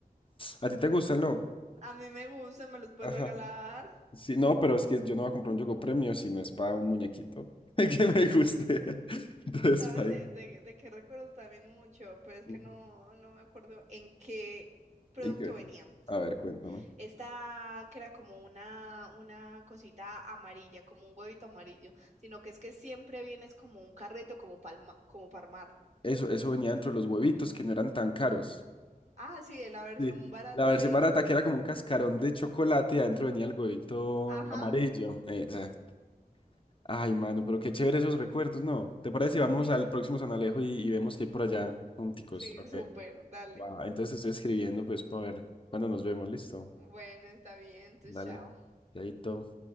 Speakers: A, on the left; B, on the right.
A: ¿A ti te gustan, no?
B: A mí me gustan, me los puedes
A: Ajá.
B: regalar.
A: Sí, no, pero es que yo no voy a comprar un Yogo Premio si no es para un muñequito <laughs> que me guste. <laughs> Entonces,
B: ¿Sabes
A: fine.
B: de, de, de qué recuerdo también mucho? Pero es
A: Ujú.
B: que no, no me acuerdo en qué producto
A: ¿En qué?
B: venía.
A: A ver, cuéntame.
B: Esta que era como una, una cosita amarilla, como un huevito amarillo, sino que es que siempre vienes como un carrito, como palma, como Parmar.
A: Eso, eso venía dentro de los huevitos que no eran tan caros.
B: Ah, sí, de la versión
A: Sí.
B: barata
A: La versión
B: del...
A: barata que era como un cascarón de chocolate y adentro venía el huevito
B: Ajá,
A: amarillo. Eh, Exacto. Ay, mano, pero qué chévere esos recuerdos, ¿no? ¿Te parece si vamos
B: sí,
A: al próximo San Alejo y, y vemos que hay por allá junticos?
B: sí,
A: Ok.
B: súper, dale.
A: Va, entonces te estoy escribiendo pues para ver cuándo nos vemos, listo.
B: Bueno, está bien, entonces
A: Dale.
B: chao.
A: Chaito.